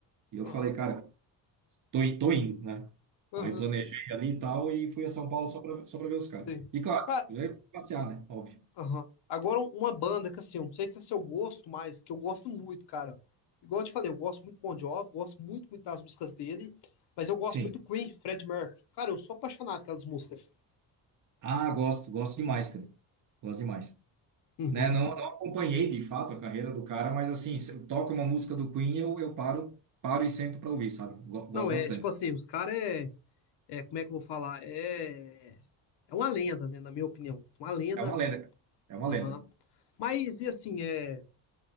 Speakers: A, on the right (about 45°); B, on the left (about 65°).
A: E eu
B: aham.
A: falei, cara. Tô, in- tô indo, né?
B: aham.
A: Aí planejei ali e tal e fui a São Paulo só pra, só pra ver os caras.
B: Sim.
A: E claro,
B: Cara,
A: eu ia passear, né? Óbvio.
B: aham. Agora um- uma banda que assim, eu não sei se é seu gosto, mas que eu gosto muito, cara. Igual eu te falei, eu gosto muito do Bon Jovi, gosto muito, muito das músicas dele, mas eu gosto
A: Sim.
B: muito do Queen, Fred Mercury. Cara, eu sou apaixonado pelas músicas.
A: Ah, gosto, gosto demais, cara. Gosto demais.
B: Uhum.
A: Né? Não, não acompanhei de fato a carreira do cara, mas assim, se eu toco uma música do Queen, eu, eu paro, paro e sento pra ouvir, sabe? Go- Gosto
B: Não, é
A: bastante.
B: tipo assim, os caras é, é, como é que eu vou falar? É, é uma lenda, né, na minha opinião. Uma lenda.
A: É uma lenda, cara. É uma
B: Aham.
A: lenda.
B: Mas e assim, é,